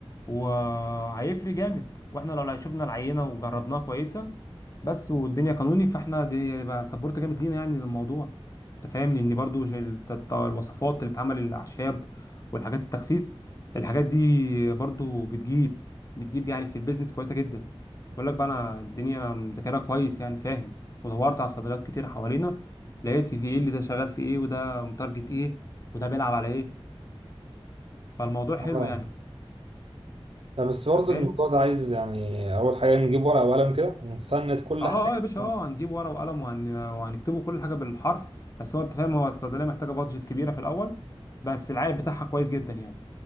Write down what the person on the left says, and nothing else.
وهيفرق جامد واحنا لو شفنا العينه وجربناها كويسه بس والدنيا قانوني فاحنا دي يبقى سبورت جامد لينا يعني للموضوع انت فاهم لان برضو ش- الت- الت- الوصفات اللي بتعمل الاعشاب والحاجات التخسيس الحاجات دي برضو بتجيب بتجيب يعني في البيزنس كويسه جدا بقول لك بقى انا الدنيا انا مذاكرها كويس يعني فاهم ودورت على صيدليات كتير حوالينا لقيت في ايه اللي ده شغال في ايه وده متارجت ايه وده بيلعب على ايه فالموضوع حلو
يعني
انت فاهم
اه
اه يا باشا اه هنجيب ورقه وقلم وهن... وهنكتبه كل حاجه بالحرف بس هو انت فاهم هو الصيدليه محتاجه بادجت كبيره في الاول بس العائد بتاعها كويس جدا يعني